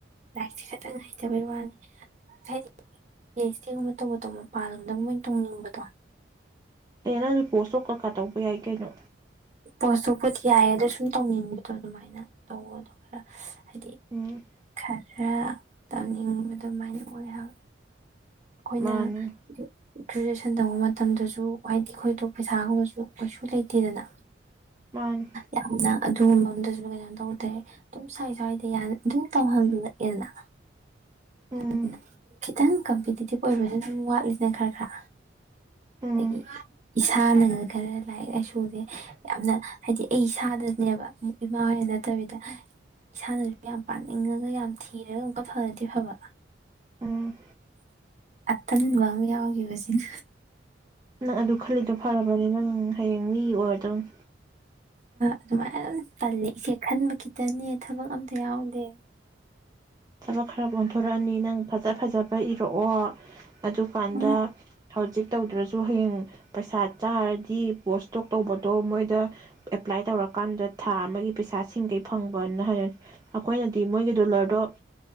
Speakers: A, on the right; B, on the right.
A: ꯂꯥꯏꯔꯤꯛꯁꯦ ꯈꯇꯪ ꯍꯩꯇꯕꯩ ꯋꯥꯅꯤ ꯍꯥꯏꯗꯤ ꯄꯤ ꯑꯩꯆ ꯗꯤꯒꯨꯝꯕ ꯇꯧꯕꯗꯣ ꯃꯄꯥꯟꯂꯣꯝꯗꯪ ꯃꯣꯏꯅ ꯇꯣꯡꯅꯤꯡꯕꯗꯣ
B: ꯍ ꯅꯪ ꯔꯤ ꯄꯣꯁꯇꯣ ꯀꯀꯥ ꯇꯧꯕ ꯌꯥꯏ ꯀꯩꯅꯣ
A: ꯄꯣꯇꯣ ꯄꯣꯠ ꯌꯥꯏꯌꯦ ꯑꯗꯣ ꯁꯨꯝ ꯇꯧꯅꯤꯡꯕꯗꯣ ꯑꯗꯨꯃꯥꯏꯅ ꯇꯧꯋ ꯑꯗꯣ ꯈꯔ ꯍꯥꯏ
B: ꯎꯝ
A: ꯈ ꯈꯔ ꯇꯝꯅꯤꯡꯕ ꯑꯗꯨꯃꯥꯏꯅ ꯑꯣꯏ ꯍꯥꯏꯕ ꯑꯩꯈꯣꯏꯅ꯭ꯔꯦ
B: ꯃꯥꯅꯤ
A: ꯁꯟ ꯇꯕ ꯃꯇꯝꯗꯁꯨ ꯍꯥꯏꯗꯤ ꯑꯩꯈꯣꯏꯗꯣ ꯄꯩꯁꯥꯒꯨꯝꯕꯁꯨ ꯀꯩꯁꯨ ꯂꯩꯇꯦꯗꯅ
B: ꯃꯥꯅꯤ
A: ꯌꯥꯝꯅ ꯑꯗꯨꯒꯨꯝꯕ ꯑꯝꯗꯨꯁꯨ ꯀꯩꯅꯣ ꯇꯧꯗꯦ ꯑꯗꯨꯝ ꯁ꯭ꯋꯥꯏ ꯁ꯭ꯋꯥꯏꯗ ꯑꯗꯨꯝ ꯇꯧꯍꯜꯂꯛꯑꯦꯅ
B: ꯎꯝ
A: ꯑꯗꯨꯅ ꯈꯤꯇꯪ ꯀꯝꯄꯤꯇꯤꯇꯤꯚ ꯑꯣꯏꯕꯁꯨ ꯑꯗꯨꯝ ꯋꯥꯠꯂꯤꯁꯤꯅ ꯈꯔ ꯈꯔ
B: ꯎꯝ
A: ꯑꯗꯒꯤ ꯏꯁꯥꯅ ꯈꯔ ꯂꯥꯏꯔꯤꯛ ꯂꯥꯏꯁꯨꯁꯦ ꯌꯥꯝꯅ ꯍꯥꯏꯗꯤ ꯑꯩ ꯏꯁꯥꯗꯅꯦꯕ ꯏꯃꯥ ꯍꯣꯏꯅ ꯅꯠꯇꯕꯤꯗ ꯏꯁꯥꯅꯁꯨ ꯌꯥꯝ ꯄꯥꯅꯤꯡꯉꯒ ꯌꯥꯝ ꯊꯤꯔꯒ ꯑꯃꯨꯛꯀ ꯐꯔꯗꯤ ꯐꯕ
B: ꯎꯝ
A: ꯑꯇꯟꯕ ꯑꯃ ꯌꯥꯎꯈꯤꯕꯁꯤꯡ
B: ꯅꯪ ꯑꯗꯨ ꯈꯜꯂꯤꯗꯣ ꯐꯔꯕꯅꯤ ꯅꯪ ꯍꯌꯦꯡ ꯃꯤ ꯑꯣꯏꯔꯗꯧꯅꯤ
A: ꯑꯗꯨꯃꯥꯏꯅ ꯑꯗꯨ ꯄꯜꯂꯦ ꯏꯆꯦ ꯈꯟꯕ ꯈꯤꯇꯅꯦ ꯊꯕꯛ ꯑꯝꯇ ꯌꯥꯎꯗꯦ
B: ꯊꯕꯛ ꯈꯔ ꯑꯣꯟꯊꯣꯔꯛꯑꯅꯤ ꯅꯪ ꯐꯖ ꯐꯖꯕ ꯏ ꯊꯣꯛꯑꯣ ꯑꯗꯨꯀꯥꯟꯗ
A: ꯎꯝ
B: ꯍꯧꯖꯤꯛ ꯇꯧꯗ꯭ꯔꯁꯨ ꯍꯌꯦꯡ ꯄꯩꯁꯥ ꯆꯥꯔꯗꯤ ꯄꯣꯁꯇꯣꯛ ꯇꯧꯕꯗꯣ ꯃꯣꯏꯗ ꯑꯦꯄ꯭ꯂꯥꯏ ꯇꯧꯔꯀꯥꯟꯗ ꯊꯥ ꯑꯃꯒꯤ ꯄꯩꯁꯥꯁꯤꯡꯈꯩ ꯐꯪꯕꯅ ꯍꯥꯏꯔꯅꯤ ꯑꯩꯈꯣꯏꯅꯗꯤ ꯃꯣꯏꯒꯤ ꯗꯣꯂꯔꯗꯣ